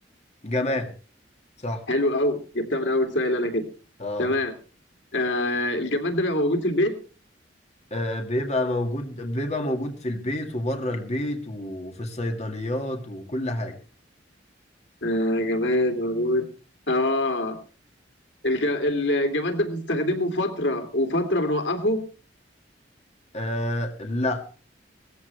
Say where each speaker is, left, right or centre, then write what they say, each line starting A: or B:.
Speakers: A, on the left; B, on the left.
A: جماد صح
B: حلو قوي جبتها من اول سؤال انا كده
A: اه
B: تمام آه الجماد ده بيبقى موجود في البيت
A: آه، بيبقى موجود بيبقى موجود في البيت وبره البيت وفي الصيدليات وكل حاجة
B: آه جماد موجود اه الج... الجماد ده بنستخدمه فترة وفترة بنوقفه
A: آه لا